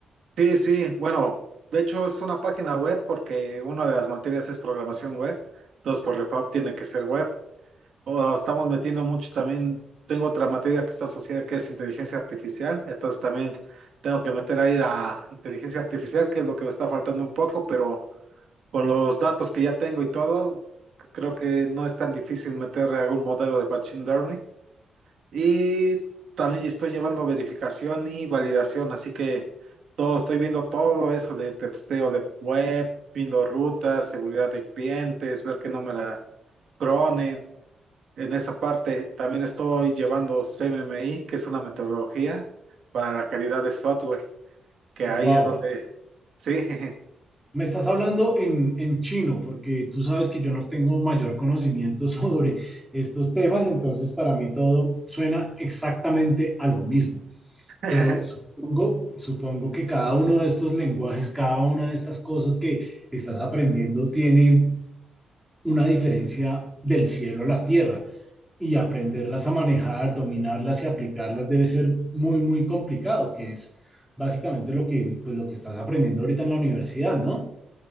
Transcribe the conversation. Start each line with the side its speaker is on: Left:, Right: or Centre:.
Right: Sí, sí, bueno, de hecho es una página web porque una de las materias es programación web, entonces por default tiene que ser web. Bueno, estamos metiendo mucho también. Tengo otra materia que está asociada que es inteligencia artificial. Entonces también tengo que meter ahí la inteligencia artificial, que es lo que me está faltando un poco, pero con los datos que ya tengo y todo, creo que no es tan difícil meter algún modelo de machine learning. Y también estoy llevando verificación y validación, así que todo, estoy viendo todo eso de testeo de web, viendo rutas, seguridad de clientes, ver que no me la cronen. En esa parte también estoy llevando CMMI, que es una metodología para la calidad de software, que
Centre: Wow,
Right: ahí es donde, sí,
Centre: Me estás hablando en, en chino, porque tú sabes que yo no tengo mayor conocimiento <laughs> sobre estos temas, entonces para mí todo suena exactamente a lo mismo.
Right: <laughs>
Centre: Pero supongo, supongo que cada uno de estos lenguajes, cada una de estas cosas que estás aprendiendo tiene una diferencia del cielo a la tierra. Y aprenderlas a manejar, dominarlas y aplicarlas debe ser muy, muy complicado, que es básicamente lo que, pues, lo que estás aprendiendo ahorita en la universidad, ¿no?